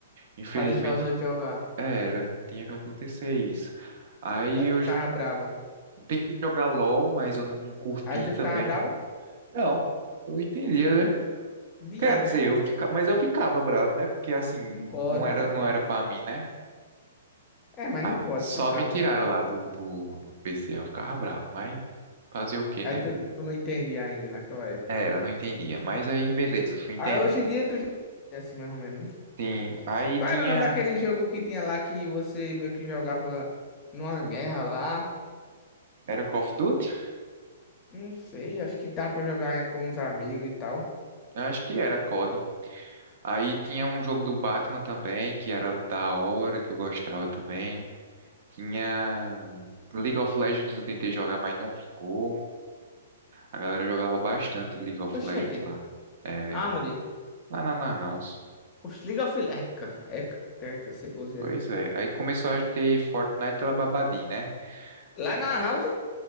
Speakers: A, on the right; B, on the left.
A: Infelizmente
B: Pra deixar os outros jogar.
A: era, tinha que acontecer isso. Aí
B: Aí tu
A: eu
B: ficava
A: j-
B: brabo.
A: tentei jogar LOL, mas eu não curti
B: Aí tu
A: também.
B: ficava bravo?
A: Não, eu entendia, né?
B: Dinheiro,
A: Quer dizer,
B: né?
A: eu fica... mas eu ficava bravo, né? Porque assim,
B: Não pode,
A: não era,
B: cara.
A: não era pra mim, né?
B: É, mas
A: Ah,
B: não pode,
A: só
B: você sabe,
A: me tiraram
B: né?
A: lá do, do, do PC, eu ficava bravo, mas fazer o quê,
B: Aí
A: né?
B: tu, tu não entendia ainda naquela época.
A: Era, não entendia. Mas aí, beleza, fui entender.
B: Aí hoje em dia tu já é assim, mais ou menos, né?
A: Tem... Aí
B: Qual
A: tinha.
B: era o nome daquele jogo que tinha lá que você meio que jogava numa guerra lá?
A: Era Call of Duty?
B: Não sei, acho que dá pra jogar com uns amigos e tal.
A: Eu acho que era COD. Aí tinha um jogo do Batman também, que era da hora, que eu gostava também. Tinha League of Legends, eu tentei jogar, mas não vingou. A galera jogava bastante League of
B: Oxente,
A: Legends lá. Era.
B: aonde?
A: Lá na Lan House.
B: Oxe, League of Le- Eca, Eca, Eca, ceboseira.
A: Pois é. Aí começou a ter Fortnite lá Babadi, né?
B: Lá
A: Ah,
B: na Lan House?